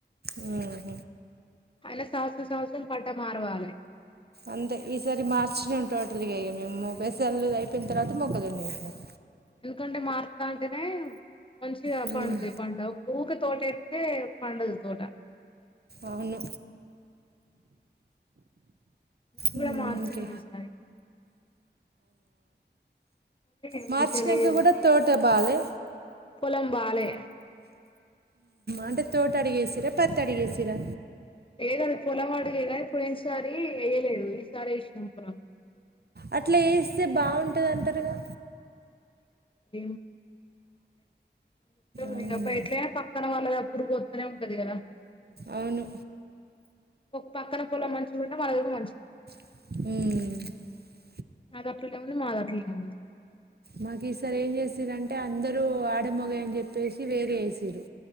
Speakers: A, on the right; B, on the left.
A: హ్మ్
B: అలా సంవత్సరం సంవత్సరం పంట మారవాలే
A: అంతే ఈసారి మార్చ్లనే తోటలిగా మేము పెసర్లు అయిపోయిన తర్వాత మొక్కజొన్న ఎషినం
B: ఎందుకంటే మారుతాంటేనే మంచిగా
A: ఉమ్.
B: పండుతది పంట ఊకె తోటే ఏ పండదు తోట
A: అవును
B: మేమే
A: ఉమ్,
B: మార్చినం
A: ఇంకే
B: ఈ సారి కానీ
A: మార్చినంక
B: మంచిగా లేదు
A: కూడా తోట బాలే
B: పొలం బాలే
A: అంటే తోట అడిగేసిరా పత్తి అడిగేసిరా
B: లేదు అది పొలం అడిగిరే పోయిన సారీ ఎయలేదు ఈసారి ఏసినం పొలం
A: అట్ల ఏస్తే బాగుంటది అంటరుగా
B: <unintelligible> మొత్తం
A: అవునా
B: ఇగ అప్పుడు ఎట్లైనా పక్కన వాళ్ళది పురుగు ఒత్తనే ఉంటది కదా
A: అవును
B: పక్కన పుల మంచిగా ఉంటే మన దగ్గర మంచిగా ఉంటది
A: అమ్
B: అది అట్లో ఉంది మాది అట్లేనే ఉంది అ
A: మాకు ఈసారి ఏం చేసిరంటే అందరూ ఆడ మగ అని చెప్పేసి వేరే చేసిరు